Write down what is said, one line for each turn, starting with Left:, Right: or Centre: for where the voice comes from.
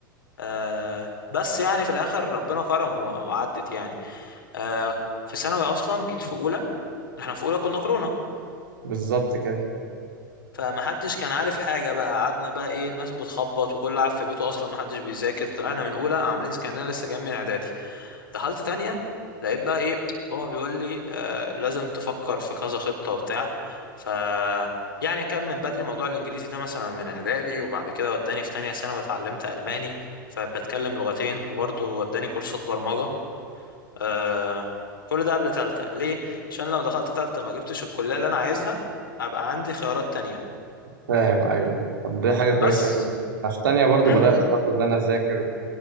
Left: آه بس يعني في الاخر ربنا كرم و- وعدت يعني آه في ثانوي اصلا جيت في اولى احنا في اولى كنا كورونا
Right: بالظبط كده
Left: فمحدش كان عارف حاجة بقى قعدنا بقى ايه الناس بتخبط وكل قاعد في بيته اصلا محدش بيذاكر طلعنا من اولى عاملين كأننا لسه جايين من اعدادي دخلت تانية لقيت بقى ايه بابا بيقول لي آه لازم تفكر في كذا خطة وبتاع ف يعني كان من بدري موضوع الانجليزي ده مثلا من اعدادي وبعد كده وداني في تانية سنة واتعلمت الماني فبتكلم لغتين وبرضه وداني كورسات برمجة آه كل ده قبل تالتة ليه عشان لو دخلت تالتة ما جبتش الكلية اللي انا عايزها ابقى عندي خيارات تانية
Right: فاهم أيوه طب دي حاجة كويسة
Left: بس
Right: جدا أنا في تانية برضو
Left: امم
Right: بدأت برضو إن أنا أذاكر